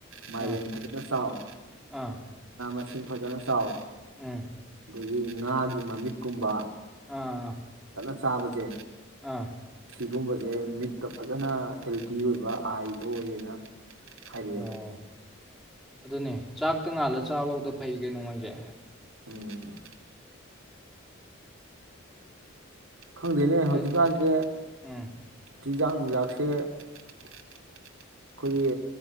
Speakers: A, on the right (about 85°); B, in the centre.
A: ꯃꯥꯏꯔꯦꯟ
B: ꯑꯥ
A: ꯈꯗ꯭ꯔ ꯆꯥꯎꯥꯎ
B: ꯑꯥ
A: ꯑ ꯏꯁꯤꯡ ꯐꯖꯅ ꯆꯥꯎ
B: ꯎꯝ
A: ꯑꯗꯒꯤ ꯉꯥꯒꯤ ꯃꯃꯤꯠꯀꯨꯝꯕ
B: ꯑꯥ
A: ꯁꯥꯥꯕꯒꯦ
B: ꯑꯥ
A: ꯁꯤꯒꯨꯝꯕꯁꯦ ꯃꯤꯠꯇ ꯐꯖꯅ ꯍꯦꯜꯗꯤ ꯑꯣꯏꯕ ꯑꯥꯏꯗꯣ ꯑꯣꯏꯌꯦꯅ ꯍꯥꯏꯕꯤꯕ
B: ꯑꯣ ꯑꯗꯨꯅꯦ ꯆꯥꯛꯇ ꯉꯥꯜꯂ ꯆꯥꯐꯧꯗ ꯐꯩ ꯀꯩꯅꯣꯉꯣꯏꯁꯦ
A: ꯎꯝ ꯈꯪꯗꯦꯅꯦ ꯍꯧꯖꯤꯛꯀꯥꯟꯁꯦ
B: ꯑꯩ ꯎꯝ
A: ꯆꯤꯟꯖꯥꯛ ꯅꯨꯡꯖꯥꯛꯁꯦ ꯑꯩꯈꯣꯏꯒꯤ